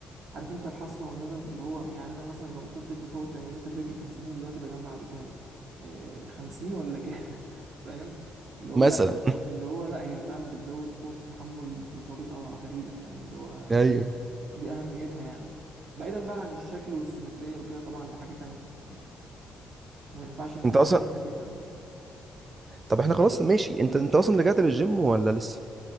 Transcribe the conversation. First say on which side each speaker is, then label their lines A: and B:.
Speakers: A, on the right; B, on the right.
A: عارف انت الحسرة والندم اللي هو يعني انا مثلا لو ما كنتش بفوت تمرينة الرجل كان زماني دلوقتي بجمع بكام آه خمسين ولا كام <laughs> فاهم اللي هو
B: مثلا
A: لا اللي هو لا هي فعلا بتزود قوة التحمل بطريقة غريبة فاهم اللي هو
B: ايوه
A: دي أهميتها يعني بعيدا بقى عن الشكل والسيمترية وكده طبعا ده حاجة تانية آه، ما ينفعش نجيلها
B: انت اصلا
A: تاني عامة
B: طب احنا خلاص ماشي انت انت اصلا رجعت للجيم ولا لسه